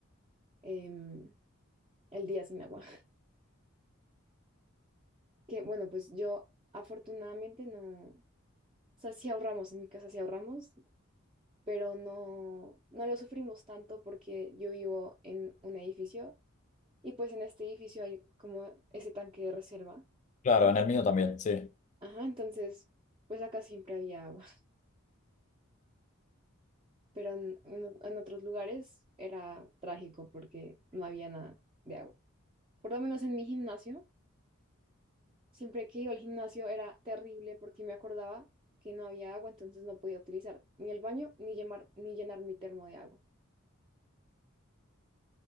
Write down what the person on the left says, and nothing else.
Claro, en el mío también, sí.